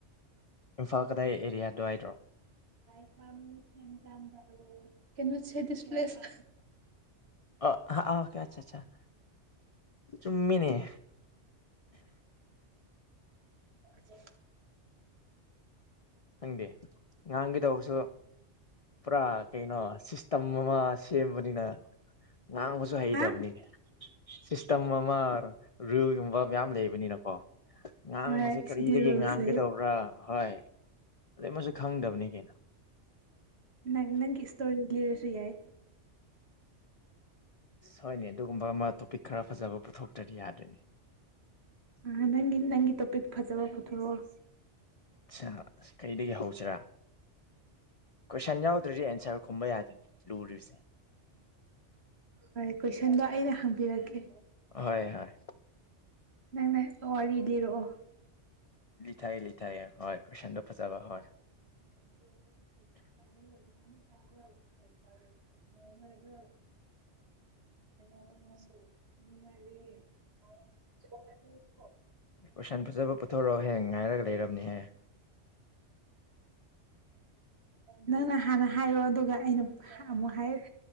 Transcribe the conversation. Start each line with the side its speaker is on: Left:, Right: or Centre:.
Left: ꯏꯝꯐꯥꯜ ꯀꯗꯥꯥꯏ ꯑꯦꯔꯤꯌꯥ ꯑꯗꯨꯋꯥꯏꯗꯔꯣ
Right: <unintelligible> ꯀꯝ ꯁꯃꯤ ꯀꯝ ꯀꯔ <inaudible> <unintelligible> ꯀꯩꯅꯣꯁꯦ ꯗꯤꯁꯄ꯭ꯂꯦꯁ
Left: ꯑ <inaudible> <unintelligible> ꯆꯥ ꯆꯨꯝꯃꯤꯅꯤ
Right: ꯖꯦ <inaudible> <unintelligible>
Left: ꯈꯪꯗꯦ ꯉꯥꯡꯒꯦ ꯇꯧꯕꯁꯨ ꯄꯨꯔꯥ ꯀꯩꯅꯣ ꯁꯤꯁꯇꯝ ꯑꯃ ꯁꯦꯝꯕꯅꯤꯅ ꯉꯥꯡꯕꯁꯨ ꯍꯩꯇꯕꯅꯤꯅꯦ
Right: ꯍꯥ
Left: ꯁꯤꯁꯇꯝ ꯑꯃ ꯔꯤꯌꯨꯜꯒꯨꯝꯕ ꯃꯌꯥꯝ ꯂꯩꯕꯅꯤꯅꯀꯣ ꯉꯥꯡꯕꯁꯦ
Right: ꯍꯣꯏ
Left: ꯀꯔꯤꯗꯒꯤ
Right: ꯁꯤꯗꯤ ꯔꯨꯜꯁ
Left: ꯉꯥꯡꯒꯗꯧꯕ꯭ꯔꯥ
Right: ꯂꯩ
Left: ꯍꯣꯏ ꯑꯗꯩ ꯃꯁꯨ ꯈꯪꯗꯕꯅꯤꯅꯦ
Right: ꯅꯪ ꯅꯪ ꯅꯪꯒꯤ ꯏꯁꯇꯣꯔꯤ ꯂꯤꯔꯖꯨ ꯁꯨ ꯌꯥꯏ
Left: ꯍꯣꯏꯅꯦ ꯑꯗꯨꯒꯨꯝꯕ ꯑꯃ ꯇꯣꯄꯤꯛ ꯈꯔ ꯐꯖꯕ ꯄꯨꯊꯣꯛꯇꯔꯤ ꯌꯥꯗꯔ꯭ꯦꯅꯦ
Right: ꯑ ꯅꯪꯒꯤ ꯅꯪꯒꯤ ꯇꯣꯄꯤꯛ ꯐꯖꯕ ꯄꯨꯊꯣꯔꯛꯑꯣ
Left: ꯑ ꯑꯁ ꯀꯩꯗꯒꯤ ꯍꯧꯁꯤꯔꯥ ꯀꯣꯏꯁꯟ ꯌꯥꯎꯗ꯭ꯔꯗꯤ ꯑꯦꯟꯁꯔ ꯈꯨꯝꯕ ꯌꯥꯗꯦ ꯂꯨꯔꯤꯁꯦ
Right: ꯍꯣꯏ ꯀꯣꯏꯁꯟꯗꯣ ꯑꯩꯅ ꯍꯪꯕꯤꯔꯛꯀꯦ
Left: ꯍꯣꯏ ꯍꯣꯏ
Right: ꯅꯪꯅ ꯋꯥꯔꯤ ꯂꯤꯔꯛꯑꯣ
Left: ꯂꯤꯊꯥꯒꯦ ꯂꯤꯊꯥꯒꯦ ꯍꯣꯏ ꯀꯣꯏꯁꯟꯗꯣ ꯐꯖꯕ ꯍꯣꯏ
Right: <inaudible> <unintelligible> ꯕꯦ <inaudible> <unintelligible> <inaudible> <unintelligible>
Left: ꯀꯣꯏꯁꯟ ꯐꯖꯕ ꯄꯨꯊꯣꯔꯛꯑꯣ ꯍꯦ ꯉꯥꯏꯔꯒ ꯂꯩꯔꯝꯅꯤꯍꯦ
Right: ꯅꯪꯅ ꯍꯥꯟꯅ ꯍꯥꯏꯔꯣ ꯑꯗꯨꯒ ꯑꯩꯅ ꯑꯃꯨꯛ ꯍꯥꯏꯔꯛ